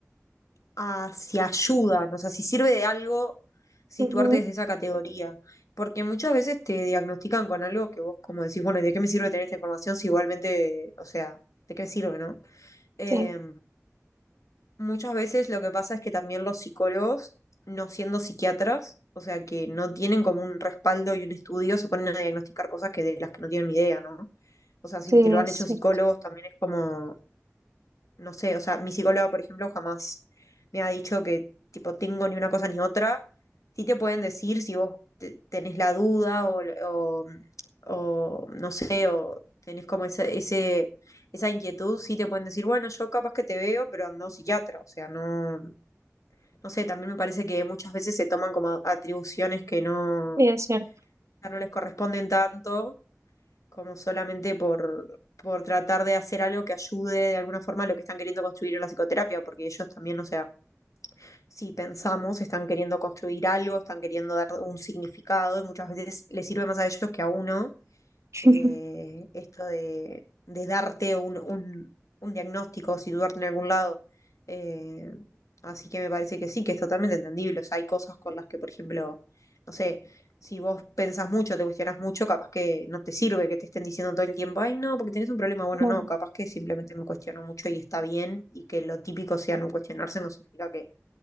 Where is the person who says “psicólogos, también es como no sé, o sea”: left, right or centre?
Left